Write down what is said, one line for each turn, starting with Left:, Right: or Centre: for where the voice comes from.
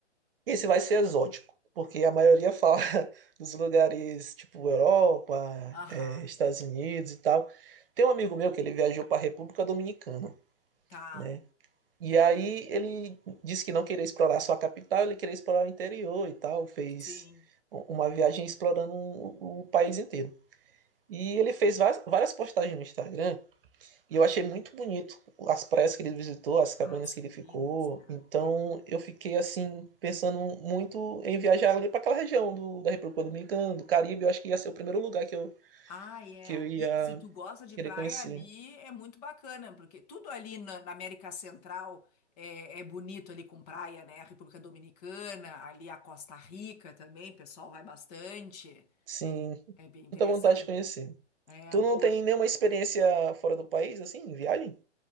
Right: Esse vai ser exótico, porque a maioria fala <laughs> dos lugares tipo Europa,
Left: Aham,
Right: eh, Estados Unidos e tal. Tem um amigo meu que ele viajou para a República Dominicana,
Left: tá.
Right: né? E aí ele disse que não queria explorar só a capital, ele queria explorar o interior e tal. Fez
Left: Sim.
Right: u- uma viagem explorando o o país inteiro. E ele fez va- várias postagens no Instagram e eu achei muito bonito as praias que ele visitou, as cabanas
Left: Ah, são
Right: que ele ficou.
Left: lindos, né?
Right: Então
Left: É.
Right: eu fiquei assim, pensando muito em viajar ali para aquela região do, da República Dominicana, do Caribe. Eu acho que ia ser o primeiro lugar que eu,
Left: Ah, é.
Right: que
Left: Ali,
Right: eu ia
Left: se tu gosta de
Right: querer
Left: praia,
Right: conhecer.
Left: ali é muito bacana, porque tudo ali na, na América Central é, é bonito ali com praia, né? A República Dominicana, ali a Costa Rica também, o pessoal vai bastante.
Right: Sim,
Left: É bem interessante.
Right: muita vontade de conhecer.
Left: É
Right: Tu
Left: boa.
Right: não tem nenhuma experiência fora do país, assim, em viagem?